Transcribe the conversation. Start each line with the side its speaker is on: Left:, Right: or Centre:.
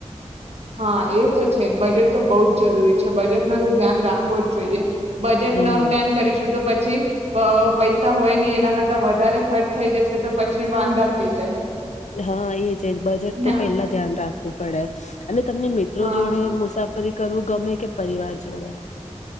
Right: હા એ તો છે જ બજેટ તો બહુ જ જરૂરી છે બજેટ. ધ્યાન રાખવો
Left: હમ.
Right: જ જોઈએ બજેટ
Left: હા
Right: ન પ્લાન કરીશું તો પછી પછી પૈસા હોય નહી એના કરતા વધારે ખર્ચ થઈ જશે તો પછી વાંધા થઈ જાય.
Left: હા એ છે બજેટ તો
Right: ના
Left: પેલા ધ્યાન રાખ કૂ પડે. અને તમને મિત્રો
Right: હા
Left: જોડે મુસાફરી કરવું ગમે કે પરિવાર જોડે?